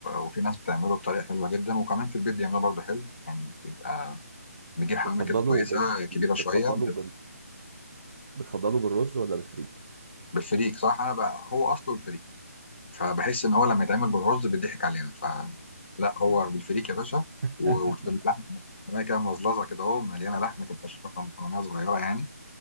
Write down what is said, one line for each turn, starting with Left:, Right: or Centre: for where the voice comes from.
Left: وفي ناس بتعمله بطريقه حلوه جدا وكمان في البيت بيعملوه برضه حلو يعني بيبقى بيجيب حمامه
Right: بتفضله
Left: كده كويسه
Right: بال...
Left: كبيره
Right: بتفضله
Left: شويه
Right: بتفضله بالرز ولا بالفريك
Left: بالفريك صح انا بقى هو اصله الفريك فبحس ان هو لما يتعمل بالرز بيضحك علينا فلا هو بالفريك يا باشا
Right: <laughs>
Left: و- واللحمه حمامية كده ملظلظه كده اهو مليانه لحمه ما تبقاش مثلا حماميه صغيره يعني